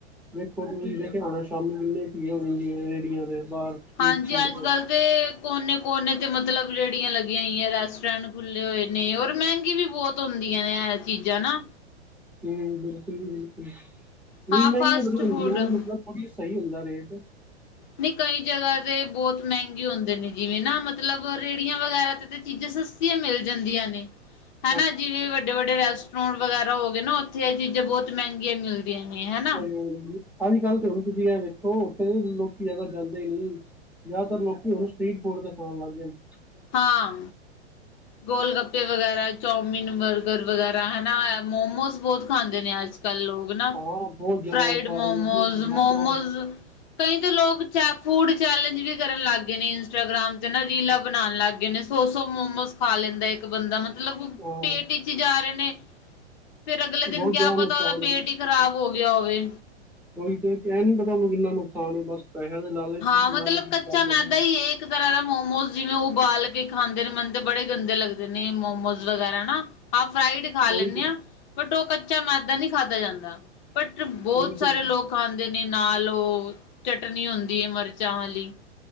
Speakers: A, in the centre; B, on the left.
A: ਦੇਖੋ ਤੁਸੀਂ ਜਦੋਆਉਣਾ ਸ਼ਾਮੀ ਕਿੰਨੀ ਭੀੜ ਹੁੰਦੀ ਏ ਰੇਹੜੀਆਂ ਦੇ ਬਾਹਰ ਸਟਰੀਟ
B: ਹਾਂਜੀ
A: ਫੂਡ
B: ਅੱਜ
A: ਦੇ
B: ਕੱਲ ਤੇ ਕੋਨੇ ਕੋਨੇ ਤੇ ਮਤਲਬ ਰੇੜੀਆਂ ਲੱਗੀਆਂ ਹੋਈਆਂ ਰੈਸਟੋਰੈਂਟ ਖੁੱਲੇ ਹੋਏ ਨੇ ਔਰ ਮਹਿੰਗੀ ਵੀ ਬਹੁਤ ਹੁੰਦੀਆਂ ਨੇ ਇਹ ਚੀਜ਼ਾਂ ਨਾ
A: ਹਮ ਬਿਲਕੁਲ ਜੀ ਬਿਲਕੁਲ ਨਹੀਂ
B: ਹਾਂ
A: ਮਹਿੰਗੀਆਂ
B: ਫਾਸਟ
A: ਹੁੰਦੀਆਂ
B: ਫੂਡ
A: ਮਤਲਬ ਸਹੀ ਹੁੰਦਾ ਰੇਟ
B: ਨਹੀਂ ਕਈ ਜਗ੍ਹਾ ਤੇ ਬਹੁਤ ਮਹਿੰਗੇ ਹੁੰਦੇ ਨੇ ਜਿਵੇਂ ਨਾ ਮਤਲਬ ਰੇਹੜੀਆਂ ਵਗੈਰਾ ਤੇ ਚੀਜ਼ਾਂ ਸ ਕੀ ਏ ਮਿਲ ਜਾਂਦੀਆਂ ਨੇ
A: <inaudible>
B: ਹਨਾ ਜਿਵੇਂ ਵੱਡੇ ਵੱਡੇ ਰੈਸਟੋਰੈਂਟ ਵਗੈਰਾ ਹੋ ਗਏ ਨਾ ਇਹ ਚੀਜ਼ਾਂ ਬਹੁਤ ਮਹਿੰਗੀਆਂ ਮਿਲਦੀਆਂ ਨੇ ਹਨਾ
A: ਤੇਰੇ ਲਈ ਅੱਜ ਕੱਲ ਤਾਂ ਹੁਣ ਤੁਸੀਂ ਐ ਵੇਖੋ ਉੱਥੇ ਲੋਕੀ ਜ਼ਿਆਦਾ ਜਾਂਦੇ ਨੀ ਜ਼ਿਆਦਾਤਰ ਲੋਕੀ ਉਹਨੂੰ ਸਟਰੀਟ ਫੂਡ ਤੇ ਖਾਣ ਲੱਗ ਗਏ ਨੇ
B: ਹਾਂ ਗੋਲ ਗੱਪੇ ਵਗੈਰਾ ਚੌਮਿਨ ਬਰਗਰ ਵਗੈਰਾ ਹਨਾ ਮੋਮੋਸ ਬਹੁਤ ਖਾਂਦੇ ਨੇ ਅੱਜ ਕੱਲ੍ਹ ਲੋਕ
A: ਹਾਂ ਬਹੁਤ ਜ਼ਿਆਦਾ
B: ਫਰਾਾਈਡ
A: ਖਾ ਰਹੇ
B: ਮੋਮੋਜ
A: ਨੇ ਜੀ ਮੋਮੋਸ
B: ਮੋਮੋਜ਼ ਕਈ ਤਾਂ ਲੋਕ ਚ ਫੂਡ ਚੈਲੇਂਜ ਵੀ ਕਰਨ ਲੱਗ ਗਏ ਨੇ ਇੰਸਟਾਗ੍ਰਾਮ ਰੀਲਾਾਂ ਬਣਾਉਣ ਲੱਗ ਗਏ ਨੇ ਸੋ ਸੋ ਮੋਮੋਸ ਖਾ ਲੈਂਦਾ ਇੱਕ ਬੰਦਾ ਮਤਲਬ
A: ਹਾਂ
B: ਪੇਟ ਖਿੱਚੀ ਜਾ ਰਹੇ ਨੇ ਫੇਿਰ ਅਗਲੇ
A: ਬਹੁਤ
B: ਦਿਨ ਕਿਆ
A: ਜ਼ਿਆਦਾ
B: ਪਤਾ
A: ਨੁਕਸਾਨ
B: ਉਹਦਾ ਪੇਟ ਹੀ ਖ਼ਰਾਬ ਹੋ ਗਿਆ ਹੋਵੇ
A: ਕੋਈ ਤੇ ਕਹਿ ਨੀ ਪਤਾ ਤੁਾਨੂੰ ਕਿੰਨਾ ਨੁਕਸਾਨ ਹੈ ਬਸ ਪੈਸਿਆਂ ਦੇ ਲਾਲਚ
B: ਹਾਂ
A: ਲਾਲਚ
B: ਮਤਲਬ
A: ਚੀਜ਼
B: ਕੱਚਾ
A: ਕਰ ਲੈਂਦੇ
B: ਮੈਦਾ
A: ਆ
B: ਹੀ ਏ ਇੱਕ ਤਰ੍ਹਾਂ ਦਾ ਮੋਮੋਸ ਜਿਵੇਂ ਉਬਾਲ ਕੇ ਖਾਂਦੇ ਨੇ ਮਨ ਤੇ ਬੜੇ ਗੰਦੇ ਲੱਗਦੇ ਨੇ ਮੋਮੋਸ ਵਗੈਰਾ ਨਾ ਫਰਾਈਡ ਖਾ ਲੈਂਣੇ
A: ਉਹੀ ਤੇ
B: ਆ ਬਟ ਉਹ ਕੱਚਾ ਮੈਦਾ ਨਹੀਂ ਖਾਂਦਾ ਜਾਂਦਾ ਬਟ ਬਹੁਤ
A: ਬਿਲਕੁਲ
B: ਸਾਰੇ ਲੋਕ ਖਾਂਦੇ ਨੇ ਨਾਲ ਉਹ ਚਟਣੀ ਹੁੰਦੀ ਥੀ ਮਿਰਚਾ ਵਾਲੀ